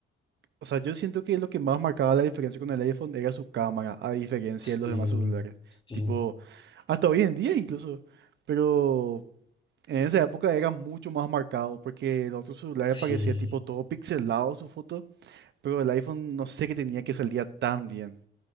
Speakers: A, on the right; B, on the left.
A: O sea, yo siento que lo que más marcaba la diferencia con el iPhone era su cámara, a diferencia
B: Sí,
A: de los demás celulares.
B: sí,
A: Tipo, hasta hoy en día incluso. Pero en esa época era mucho más marcado porque el otro celular
B: sí,
A: parecía tipo todo pixelado su foto, pero el iPhone no sé qué tenía que salía tan bien.